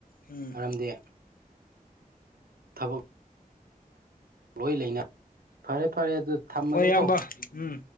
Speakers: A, on the left; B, on the right.
A: ꯎꯝ
B: ꯃꯔꯝꯗꯤ ꯊꯕꯛ ꯂꯣꯏ ꯂꯩꯅ ꯐꯔꯦ ꯐꯔꯦ ꯑꯗꯨ ꯊꯝꯃꯒꯦꯀꯣ
A: ꯍꯣꯏ ꯌꯥꯝꯌꯥꯝꯕ ꯎꯝ